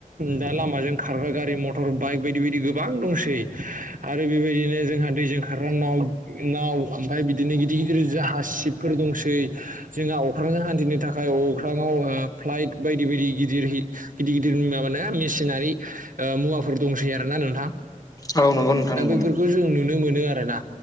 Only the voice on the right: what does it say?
दा लामाजों खारग्रा गारि मथर बाइक बायदि बायदि गोबां दंसै आरो बेबायदिनो जोंहा दैजों खारग्रा नाव नाव ओमफ्राय बिदिनो गिदिर गिदिर जाहा सिबफोर दंसै जोंहा अख्रांजों हान्थिनो थाखाय अख्राङाव फ्लाइट बायदि बायदि गिदिर गिदिर गिदिर गिर माबानाया मेसिनारि ओ मुवाफोर दंसै आरोना नोंथां
दा
बैफोरखौ
जों नुनो मोनो आरोना